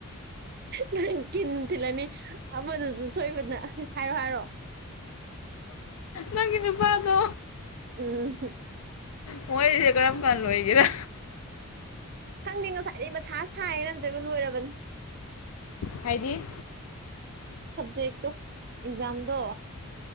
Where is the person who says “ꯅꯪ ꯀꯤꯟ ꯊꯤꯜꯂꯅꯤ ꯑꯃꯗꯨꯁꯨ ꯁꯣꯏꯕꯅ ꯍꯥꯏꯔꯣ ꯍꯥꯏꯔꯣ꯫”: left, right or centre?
Right